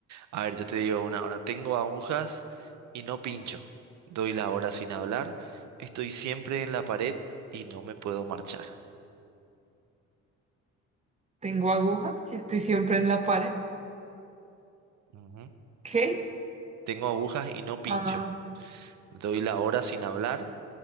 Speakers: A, on the right (about 70°); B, on the right (about 20°).
A: A ver, yo te digo una hora. Tengo agujas y no pincho. Doy la hora sin hablar. Estoy siempre en la pared y no me puedo marchar.
B: Tengo agujas y estoy siempre en la pared.
A: Ujú.
B: ¿Qué?
A: Tengo agujas y no pincho.
B: Ah,
A: Doy la hora sin hablar.